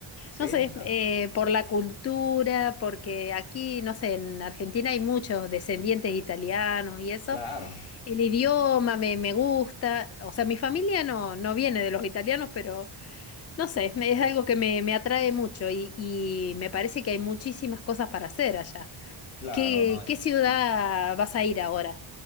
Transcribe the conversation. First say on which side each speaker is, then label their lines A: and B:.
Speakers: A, on the left; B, on the left.
A: Sí,
B: No sé,
A: ah,
B: eh, por la cultura, porque aquí, no sé, en Argentina hay muchos descendientes italianos y eso.
A: claro,
B: El idioma me, me gusta. O sea, mi familia no, no viene de los italianos, pero no sé, me- es algo que me, me atrae mucho y, y me parece que hay muchísimas cosas para hacer allá.
A: claro,
B: ¿Qué,
A: no.
B: qué ciudad
A: Y
B: vas a ir ahora?